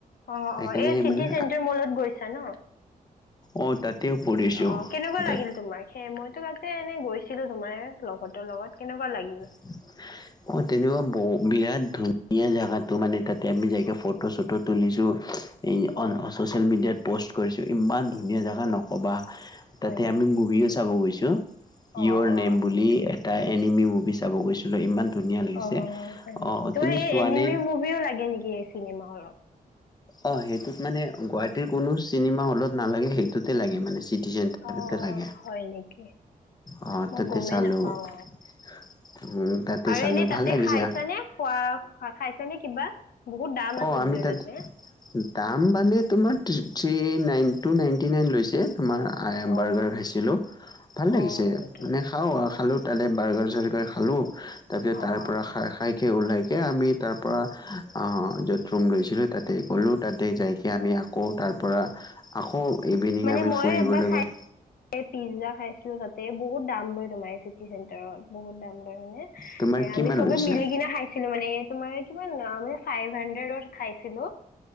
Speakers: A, on the left (about 80°); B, on the left (about 25°).
A: অ'
B: সেইকাৰণে
A: অ' এই চিটি
B: মানে
A: চেণ্টাৰ মলত গৈছা ন।
B: অ তাতেও ফুৰিছো
A: অ' কেনেকুৱা
B: তাত
A: লাগিল তোমাৰ সে মইতো তাতে এনে গৈছোঁ। ছিলো তোমাৰ লগৰৰ লগত কেনেকুৱা লাগিল।
B: <unintelligible> অ' তেনেকুৱা ব বিৰাট ধুনীয়া জোগাতটো মানে তাতে আমি যাইকে ফটো চটো তুলিছোঁ। এই
A: অ
B: অন ছ'চিয়েল মিডিয়াত প'ষ্ট কৰিছোঁ। ইমান ধুনীয়া জেগা নক'বা। তাতে
A: হয় নেকি
B: আমি মুভিও চাব গৈছোঁ।
A: অ
B: য়ৰ
A: অ
B: নেম বুলি
A: আচ্ছা
B: এটা এনিমি মুভি চাব গৈছোঁ। লৈ ইমান ধুনীয়া। লাগিছে।
A: অ' হয় নেকি।
B: অ তুমি
A: তোমাৰ এই
B: চোৱানে?
A: এনিমি মুভিও লাগে নেকি এই চিনেমা হলত।
B: অ' সেইটোত মানে গুৱাহাটীৰ কোনো চিনেমা হলত নালাগে সেইটোতে লাগে মানে। <unintelligible>
A: অ
B: লাগে
A: হয় নেকি
B: অ'
A: মই
B: তাতে
A: গমেই
B: চালো।
A: নাপাও
B: উম, তাতে
A: আৰু
B: চালোঁ
A: এনেই
B: ভাল
A: তাতে
B: লাগিছে।
A: খাইছানে খোৱা খা খাইছে নে কিবা বহুত দাম
B: অ
A: আছে
B: আমি
A: বোলে
B: তাত
A: তাতে।
B: দাম মানে তোমাৰ three nineteen two nineteen nine লৈছে তোমাৰ। আই এম
A: অ
B: বাৰ্গাৰ খাইছিলোঁ ভাল লাগিছে
A: অ হয় নেকি
B: মানে। খাওঁ খালো তাতে বাৰ্গাৰ চাৰ্গাৰ খালোঁ। তাকে
A: অ
B: তাৰ পৰা
A: অ
B: খাই খাই কে ওলাইকে আমি। তাৰ পৰা য'ত ৰুম লৈছিলোঁ। তাতে গ'লোঁ তাতে যাইকৈ
A: অ
B: আমি আকৌ তাৰ পৰা আকৌ ইভিনিং
A: মানে
B: আমি
A: মই
B: ফুৰিবলৈ
A: এবাৰ খাই
B: গ'লো।
A: এই পিজ্জা খাই তাতে বহুত দাম লয় তোমাৰ চিটি চেন্টাৰত বহুত দাম লয় মানে
B: তোমাৰ
A: এ
B: কিমান
A: আমি চবে
B: লৈছিলে
A: মিলি কিনে খাইছিলো মানে তোমাৰ কিমান মানে ফাইভ হানড্ৰেডত খাইছিলো।